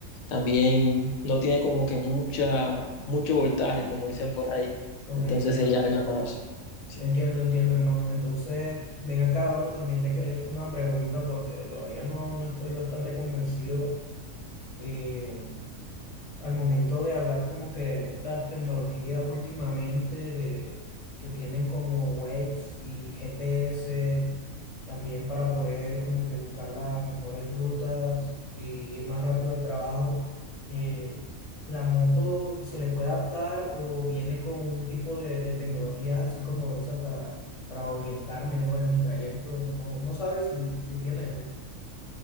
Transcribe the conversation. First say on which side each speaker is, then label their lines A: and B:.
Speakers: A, on the left; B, on the left.
A: también no tiene como que mucha, mucho voltaje, como dicen por ahí,
B: Ok,
A: entonces
B: ok.
A: sería algo más. sí.
B: Entiendo, entiendo, hermano. Entonces, ven acá, bro, también te quería hacer una pregunta porque todavía no, no estoy bastante convencido. eh, al momento de hablar como que de estas tecnologías últimamente de, que tienen como Waves y GPS, también para poder como que buscar las mejores rutas y ir más rápido al trabajo, eh, ¿la moto se le puede adaptar o viene con un tipo de, de tecnologías así como esas para, para orientarme, ¿no? en mi trayecto? No, no sabes si, si tiene eso.